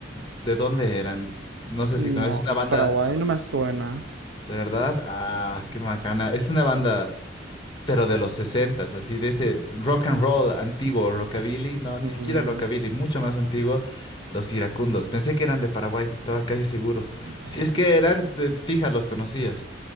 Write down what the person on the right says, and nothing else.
No,
no,
Paraguay no me suena.
Mm,
no.